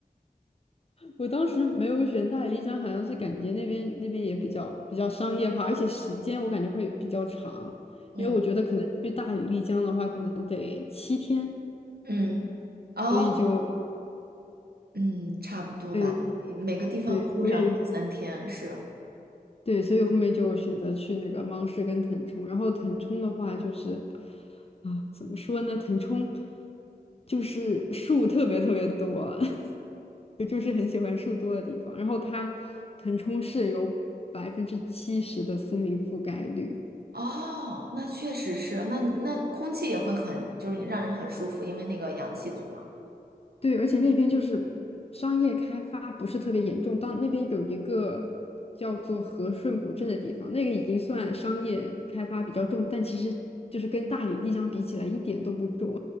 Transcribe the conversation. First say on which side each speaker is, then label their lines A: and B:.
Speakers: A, on the left (about 40°); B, on the right (about 85°).
A: 我当时没有选大理丽江，好像是感觉那边那边也比较比较商业化，而且时间我感觉会比较长，
B: 嗯
A: 因为我觉得可能去大理丽江的话，可能得七天，
B: 嗯，哦，
A: 所以就
B: 嗯，差不多吧，
A: 嗯
B: 每个地方住上两三天是。
A: 对，所以对，所以后面就选择去那个芒市跟腾冲，然后腾冲的话就是啊，怎么说呢，腾冲就是树特别特别多，<laughs> 我就是很喜欢树多的地方。然后它腾冲市有百分之七十的森林覆盖率，
B: 哦，那确实是，那你那空气也会很，就是让人很舒服，因为那个氧气足嘛。
A: 对，而且那边就是商业开发不是特别严重。当那边有一个叫做和顺古镇的地方，那个已经算商业开发比较重，但其实就是跟大理、丽江比起来一点都不重。